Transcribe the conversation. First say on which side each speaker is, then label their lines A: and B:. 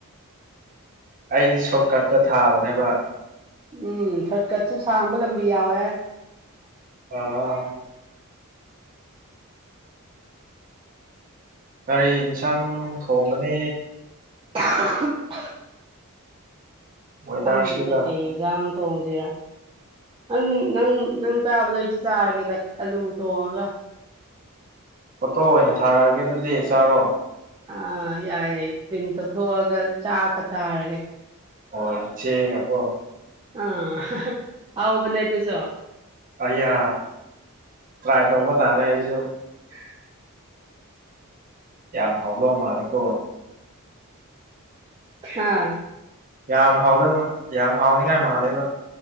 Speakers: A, on the right (about 40°); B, on the right (about 20°).
A: ꯑꯩꯗꯤ ꯁꯣꯔꯠꯀꯠꯇ ꯊꯥꯕꯅꯦꯕ
B: ꯎꯝ ꯁꯣꯔꯠꯀꯠꯁꯨ ꯁꯥꯡꯕ ꯂꯝꯕꯤ ꯌꯥꯎꯋꯦ
A: ꯑꯥ <unintelligible> ꯀꯥꯔꯤ ꯏꯟꯁꯥꯡ ꯊꯣꯡꯒꯅꯤ
B: <unintelligible>
A: ꯋꯦꯗꯔꯁꯤꯒ
B: ꯈꯪꯗꯦꯅꯤ ꯀꯩ ꯌꯦꯟꯁꯥꯡ ꯊꯣꯡꯁꯤꯔꯥ ꯅꯪ ꯅꯪ ꯅꯪ ꯇꯥꯕꯗ ꯑꯩꯁꯤ ꯆꯥꯔꯒꯦꯗ ꯑꯂꯨ ꯊꯣꯡꯉꯒ
A: ꯐꯣꯇꯣ ꯑꯣꯏꯅ ꯊꯥꯔꯛꯑꯒꯦ ꯑꯗꯨꯗꯤ ꯆꯥꯔꯣ
B: ꯑꯥ ꯌꯥꯏꯌꯦ ꯄ꯭ꯔꯤꯟ ꯇꯧꯊꯣꯛꯑꯒ ꯆꯥꯛꯒ ꯆꯥꯔꯒꯦ
A: ꯍꯣꯏ ꯆꯦꯒ ꯀꯣ
B: ꯑꯥ <unintelligible> ꯍꯥꯎꯕꯅꯦ ꯑꯗꯨꯁꫭ
A: ꯑꯌꯥ ꯇ꯭ꯔꯥꯏ ꯇꯧꯕ ꯇꯔꯦ ꯑꯩꯁꯨ
B: ꯑꯥ
A: ꯌꯥꯝ ꯍꯥꯎꯗꯣ ꯃꯥꯜꯂꯦꯀꯣ
B: ꯑꯍꯥ
A: ꯌꯥꯝ ꯍꯥꯎꯗꯕ ꯌꯥꯝ ꯍꯥꯎꯅꯤꯡꯉꯥꯏ ꯃꯥꯜꯂꯦꯕ